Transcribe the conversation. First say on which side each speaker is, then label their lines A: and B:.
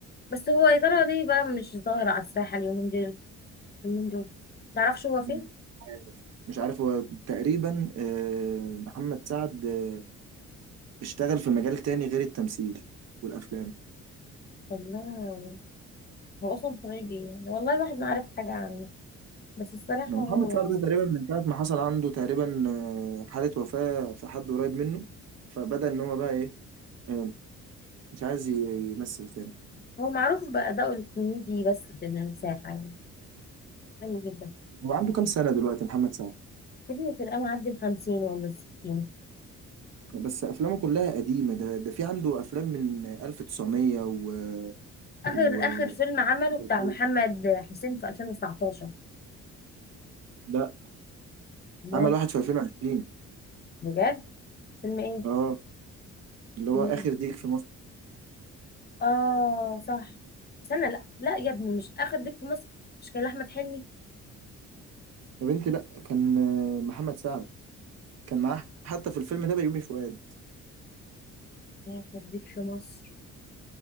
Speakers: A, on the left; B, on the right.
A: بس هو يا ترى ليه بقى مش ظاهر على الساحة اليومين دول اليومين دول متعرفش هو فين
B: مم. عارف مش عارف هو تقريبا آه، محمد سعد آه، اشتغل في مجال تاني غير التمثيل والافلام
A: والله هو اصلا خريج ايه والله الواحد ما عارف حاجه عنه بس الصراحه
B: هو
A: هو
B: محمد سعد ده تقريبا من ساعة ما حصل عنده تقريبا آه، حالة وفاة في حد قريب منه فبدأ إن هو بقى إيه آه، مش عايز ي- يمثل تاني
A: هو معروف بأدائه الكوميدي بس في المساحه يعني حلو جدا
B: هو عنده كام سنة دلوقتي محمد سعد
A: كبير تلقاه معدي الخمسين ولا الستين
B: بس أفلامه كلها قديمة ده ده في عنده أفلام من 1900 و
A: اخر
B: و
A: اخر فيلم عمله بتاع
B: 2000.
A: محمد حسين في 2019
B: لا
A: مول
B: عمل واحد في 2020
A: بجد فيلم ايه
B: اه اللي هو
A: فيلم
B: آخر
A: ايه
B: ديك في
A: اه صح استنى لا لا يا ابني مش اخر ديك في مصر مش كان احمد حلمي
B: يا بنتي لا كان آه، محمد سعد كان معاه حتى في الفيلم ده بيومي فؤاد
A: يا اخر ديك في مصر